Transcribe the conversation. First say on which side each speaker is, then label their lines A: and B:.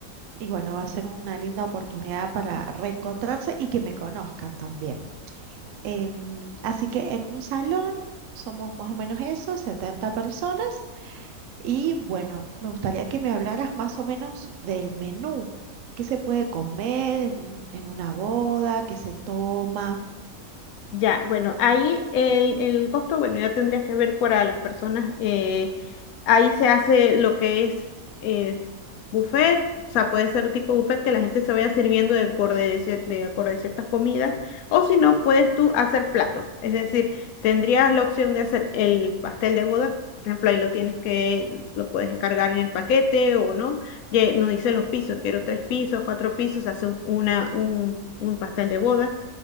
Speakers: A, on the right; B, on the left.
A: y bueno, va a ser una linda oportunidad para reencontrarse y que me conozcan también. Em, así que en un salón somos más o menos eso, setenta personas y bueno, me gustaría que me hablaras más o menos del menú. ¿Qué se puede comer en un- en una boda? ¿Qué se toma?
B: Ya, bueno, ahí el, el costo, bueno, ya tendrías que ver para las personas. eh, ahí se hace lo que es eh, buffet, o sea, puede ser tipo buffet que la gente se vaya sirviendo de acorde de, cier- de acorde de ciertas comidas, o si no, puedes tú hacer platos. Es decir, tendrías la opción de hacer el pastel de boda. Por ejemplo, ahí lo tienes que, lo puedes encargar en el paquete o no. Ya nos dice los pisos, quiero tres pisos, cuatro pisos, se hace un- una, un, un pastel de bodas